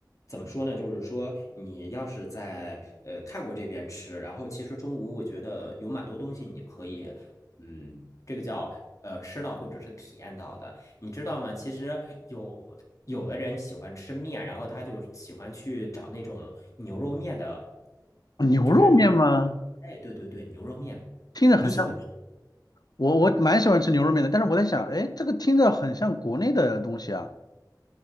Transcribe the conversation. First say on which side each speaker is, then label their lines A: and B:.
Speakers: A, on the left; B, on the left.
A: 怎么说呢？就是说，你要是在呃泰国这边吃，然后其实中午我觉得有蛮多东西你可以，嗯，这个叫呃吃到或者是体验到的，你知道吗？其实有有的人喜欢吃面，然后他就喜欢去找那种牛肉面的，
B: 牛肉面吗？
A: 就是这种牛肉，哎，对对对，牛肉面，
B: 听着很像，
A: 你喜欢吃？
B: 我我蛮喜欢吃牛肉面的，但是我在想，哎，这个听着很像国内的东西啊。